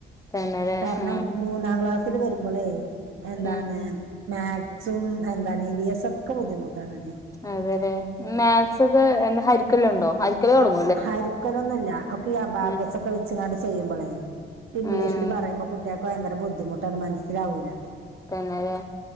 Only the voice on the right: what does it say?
കാരണം
മൂന്നാം ക്ലാസ്സിൽ വരുമ്പോളേ എന്താണ്
മാക്സും എന്താണീ വിയസ് ഒക്കെ ബുദ്ധിമുട്ടാണ്ട
ഹരിക്കലൊന്നുമ ഇല്ല ഒക്കെ ഈ അബാക്കസ
ഒക്കെ വെച്ചങ്ങാട്ട് ചെയ്യുമ്പോളേ ഇംഗ്ലീഷില്
പറയുമ്പോ കുട്ടികൾക്ക് ഭയങ്കര ബുദ്ധിമുട്ടാണ് മനസ്സിലാവൂല്ല